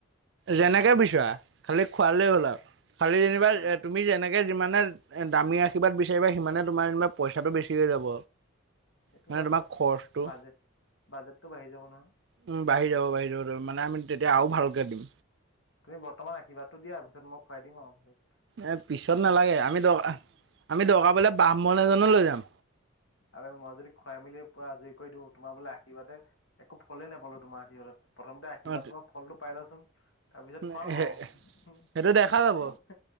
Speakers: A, on the right; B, on the left.
A: যেনেকে বিচাৰা খালি খোৱালেই হ'ল আৰু খালী যেনিবা
B: ঠিকে আৰু
A: তুমি যেনেকৈ যিমান যেনে দামী আশীৰ্বাদ বিচাৰিবা সিমানে তোমাৰ যেনিবা পইচাটো বেছি যাব
B: সেইটো
A: মানে
B: হয়
A: তোমাৰ
B: বাৰু
A: খৰচটো
B: বাজেট বাজেটটো বাঢ়ি যাব নহয়
A: উম বাঢ়ি যাব বাঢ়ি যাব মানে আমি তেতিয়া আৰু ভালকে দিম
B: তুমি বৰ্তমান আশীৰাদটো দিয়া পিছত মই খুৱাই দিম আৰু ভছত
A: এ পিছত নালাগে আমি দকা আমি দকাবলে ব্ৰাহ্মণ এজনো লৈ যাম
B: আৰু মই যদি খুৱাই মেলি প আজৰি কৰি দিওঁ তোমাৰ বোলে আশীৰ্বাদে একো ফলেই নাপালো তোমাৰ আশীৰ্বাদত প্ৰথমতে আশীৰ্বাদ
A: অ
B: তোমাৰ ফলটো পাই লচোন তাৰপিছত
A: সেইটো
B: খুৱাম আৰু
A: দেখা যাব